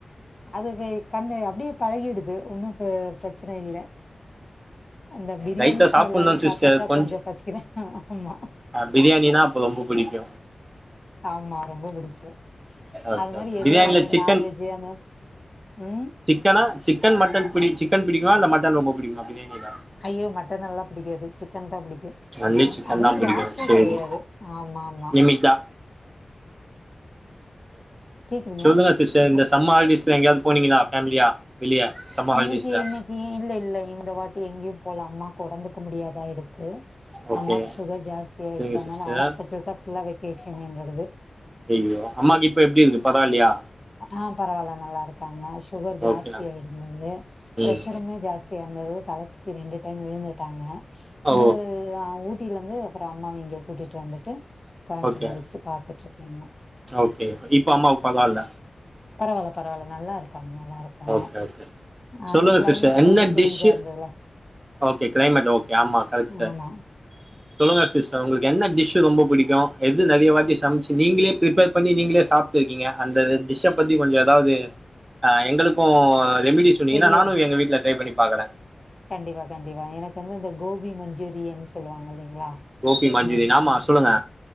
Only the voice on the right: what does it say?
நைட்ல
சாப்புட்ணு சிஸ்டர்
கொஞ்ச
ஆ பிரியாணினா அப்ப ரொம்ப புடிக்கு
ஓகே
ஓகே
பிரியாணில
சிக்கன்
சிக்கனா சிக்கன் மட்டன் பிடி சிக்கன் பிடிக்குமா இல்ல மட்டன் ரொம்ப பிடிக்குமா பிரியாணியில
ஒன்லி சிக்கன்
தா பிடிக்கு
சேரி
லிமிட்டா
சொல்லுங்க சிஸ்டர் இந்த சம்ம ஹாலிடேஸ்லா எங்கயாவது போனீங்களா ஃபேமிலியா வெளிய சம்மர்
ஹாலிடேஸ்ல
ஓகே
சரிங்க
சிஸ்டர்
ஐயையோ அம்மாக்கு இப்ப எப்டி இருக்கு பரவாயில்லையா
ஓகே
ம்
ஓ
ஓகே
ஓகே இப்ப அம்மாவுக்கு பரவல
ஓகே ஓகே சொல்லுங்க
சிஸ்டர் என்ன
டிஷ்ஷு
ஓகே கிளைமேட் ஓகே ஆமா கரெக்டு
சொல்லுங்க சிஸ்டர் உங்களுக்கு என்ன டிஷ் ரொம்ப பிடிக்கு எது நிறையட்டி சமைச்சு நீங்களே பிப்பேர் பண்ணி நீங்களே சாப்ட்டு இருக்கீங்க அந்த டிஷ் அ பத்தி கொஞ்சோ ஏதாவது ஆ எங்களுக்கு ரெமிடி சொன்னீங்கன்னா
நானு எங்க வீட்டுல ட்ரை பண்ணி பாக்கறே
கோபி மஞ்சூரியன்
ஆமா சொல்லுங்க